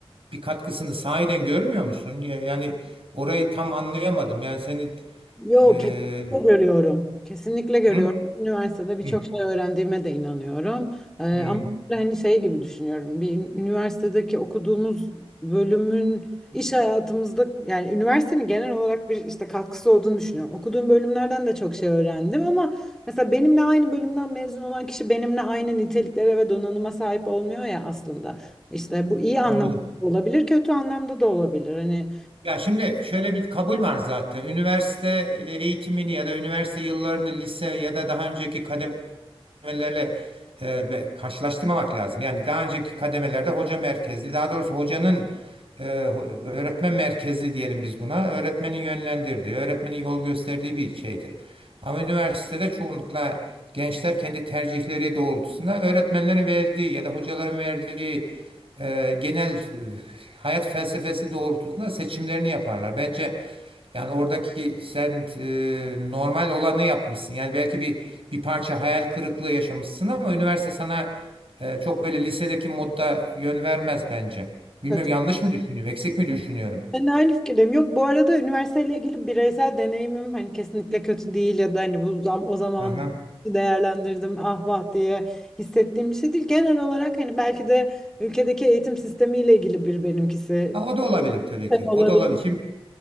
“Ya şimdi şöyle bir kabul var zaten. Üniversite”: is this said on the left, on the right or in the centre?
Right